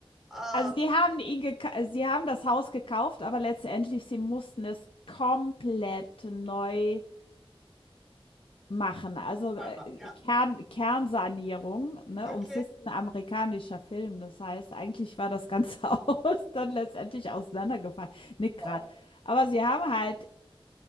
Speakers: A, in the centre; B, on the left (about 65°).
A: äh,
B: Also sie haben ihn geka- sie haben das Haus gekauft, aber letztendlich sie mussten es komplett neu Machen. Also, äh,
A: neu machen. Ja.
B: Kern Kernsanierung, ne,
A: Okay.
B: und es ist ein amerikanischer Film. Das heißt, eigentlich war das ganze <laughs> Haus dann letztendlich auseinandergefallen. Nick grad.
A: Wow.
B: Aber sie haben halt